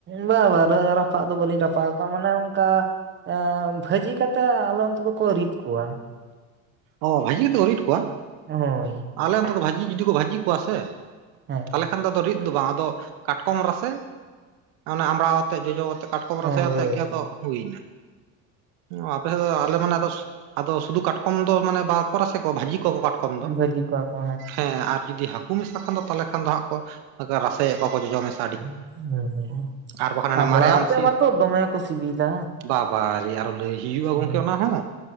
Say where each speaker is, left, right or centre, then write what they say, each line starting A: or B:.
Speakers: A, on the right; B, on the right.
A: ᱵᱟ ᱵᱟ ᱨᱟᱹ ᱨᱟᱯᱟᱜ ᱫᱚ ᱵᱟᱹᱞᱤᱧ ᱨᱟᱯᱟᱜ ᱠᱚᱣᱟ ᱢᱟᱱᱮ ᱚᱱᱠᱟ ᱟᱸ ᱵᱷᱟᱹᱡᱤ ᱠᱟᱛᱮᱜ ᱟᱞᱮ ᱚᱱᱛᱮ ᱫᱚᱠᱚ ᱨᱤᱫ ᱠᱚᱣᱟ ᱾
B: ᱚ ᱵᱷᱟᱹᱡᱤ ᱠᱟᱛᱮᱜ ᱠᱚ ᱨᱤᱫ ᱠᱚᱣᱟ?
A: ᱦᱳᱭ
B: ᱟᱞᱮ ᱚᱱᱛᱮ ᱫᱚ ᱵᱷᱟᱹᱡᱤ ᱡᱩᱫᱤ ᱠᱚ ᱵᱷᱟᱹᱡᱤ ᱠᱚᱣᱟ ᱥᱮ
A: ᱦᱮᱸ ᱾
B: ᱛᱟᱦᱚᱞᱮ ᱠᱷᱟᱱ ᱫᱚ ᱟᱫᱚ ᱨᱤᱫ ᱫᱚ ᱵᱟᱝ ᱟᱫᱚ ᱠᱟᱴᱠᱚᱢ ᱨᱟᱥᱮ ᱚᱱᱮ ᱟᱢᱲᱟᱣ ᱟᱛ ᱟᱛᱮ ᱡᱚᱡᱚ ᱣᱟᱛᱮ ᱠᱟᱴᱚᱢ
A: ᱦᱳᱭ
B: ᱨᱟᱥᱮ ᱟᱛᱮᱜ
A: ᱦᱳᱭ
B: ᱜᱮ ᱟᱫᱚ ᱦᱩᱭᱱᱟ, ᱚ ᱟᱯᱮ ᱥᱮᱫ ᱫᱚ ᱟᱞᱮ ᱢᱟᱱᱮ ᱟᱫᱚ ᱟᱫᱚ ᱥᱩᱫᱩ ᱠᱟᱴᱠᱚᱢ ᱛᱚ ᱢᱟᱱᱮ ᱵᱟᱠᱚ ᱨᱟᱥᱮ ᱠᱚᱣᱟ ᱵᱷᱟᱹᱡᱤ ᱠᱚᱣᱟ ᱠᱚ ᱠᱟᱴᱠᱚᱢ ᱫᱚ,
A: ᱵᱷᱟᱹᱡᱤ ᱠᱚᱣᱟ ᱠᱚ
B: ᱦᱮᱸ ᱟᱨ ᱡᱩᱫᱤ ᱦᱟᱠ ᱠᱩ ᱢᱮᱥᱟ ᱠᱷᱟᱱ ᱫᱚ ᱛᱟᱦᱚᱞᱮ ᱠᱷᱟᱱ ᱫᱚ ᱦᱟᱸᱜ ᱠᱚ ᱟᱝᱠᱟ ᱨᱟᱥᱮᱭᱟ ᱠᱚᱣᱟ ᱠᱚ ᱡᱚᱡᱚ ᱢᱮᱥ
A: <unintelligible>
B: ᱟᱨ ᱵᱟᱠᱷᱟᱱ ᱦᱟᱱᱮ
A: ᱟᱢᱲᱟ
B: ᱢᱟᱨᱮ ᱟᱢᱥᱤ,
A: ᱟᱛᱮ ᱢᱟᱛᱚ ᱫᱚᱢᱮ ᱠᱚ ᱥᱤᱵᱤᱞᱟ
B: ᱵᱟᱵᱟᱨᱮ ᱟᱨᱚ ᱞᱟᱹᱭ ᱦᱩᱭᱩᱜᱼᱟ
A: ᱦᱮᱸ
B: ᱜᱚᱝᱠᱮ ᱚᱱᱟ ᱦᱚᱸ?